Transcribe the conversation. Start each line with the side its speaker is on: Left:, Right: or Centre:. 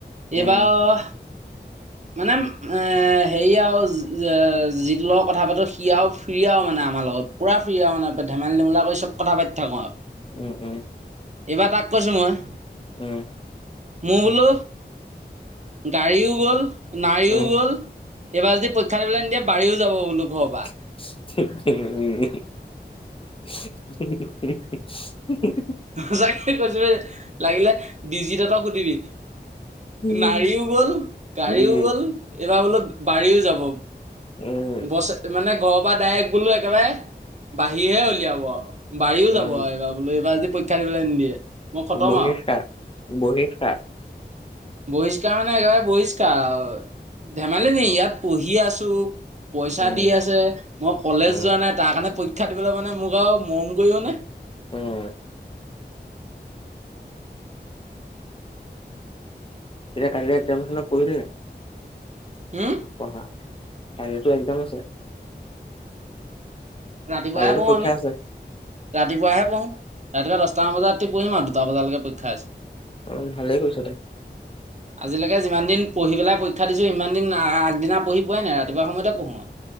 Left: উম
Right: এইবাৰও মানে, হেৰি আও যিটো লগৰ কথা পাতোঁ সি আও ফ্ৰী আও মানে আমাৰ লগত। পূৰা ফ্ৰী আও মানে ধেমালি ধুমোলা কৰি চ'ব কথা পতি থাকোঁ আও
Left: উম' উম'
Right: এইবাৰ তাক কৈছোঁ মই।
Left: উম'।
Right: মোৰ বোলো গাড়ীও গ'ল নাৰীও
Left: উম
Right: গ'ল এইবাৰ যদি পৰীক্ষা দিবলৈ নিদিয়ে বাৰীও যাব বোলো ঘৰৰ পা
Left: <unintelligible>
Right: সঁচাকে কৈছোঁ সেই লাগিলে ডিজিত হেতক সুধিবি।
Left: উম
Right: নাৰীও গ'ল গাড়ীও
Left: উম
Right: গ'ল এইবাৰ বোলো বাৰীও যাব।
Left: উম'।
Right: বছ মানে ঘৰৰ পৰা ডাইৰেক্ট গ'লোঁ একেবাৰে বাঢ়িহে উলিয়াব আও। বাৰীও
Left: উম
Right: যাব আও এইবাৰ বোলোঁ এইবাৰ যদি পৰীক্ষা দিবলে নিদিয়ে। মই খতম
Left: বহিষ্কাৰ
Right: আৰু
Left: বহিষ্কাৰ।
Right: বহিষ্কাৰ মানে একেবাৰে বহিষ্কাৰ আও ধেমালি নেকি ইয়াত পঢ়ি আছোঁ। পইচা
Left: উম
Right: দি আছে। মই কলেজ
Left: উম
Right: যোৱা নাই তাৰ কাৰণে পৰীক্ষা দিবলে মানে মোক আও মৰম কৰিব নে।
Left: উম এতিয়া কাইলে লে এক্সাম আছে নহয় পঢ়িলি নাই।
Right: হোম।
Left: পঢ়া। কাইলে টো এক্সাম আছে।
Right: ৰাতিপুৱাৰ
Left: কাইলেতো
Right: হে পঢ়ো
Left: পৰীক্ষা
Right: আমি।
Left: আছে
Right: ৰাতিপুৱাহে পঢ়ো। ৰাতিপুৱা দহটা বজাত ৰাতি পঢ়িম আও দুটা বজালৈকে পৰীক্ষা আছে।
Left: অ' ভালে কৰিছ দে।
Right: <unintelligible> আজিলেকে যিমানদিন পঢ়ি পেলাই পৰীক্ষা দিছোঁ। সিমানদিন আগদিনা পঢ়ি পোৱাই নাই ৰাতিপুৱা সময়তে পঢ়োঁ।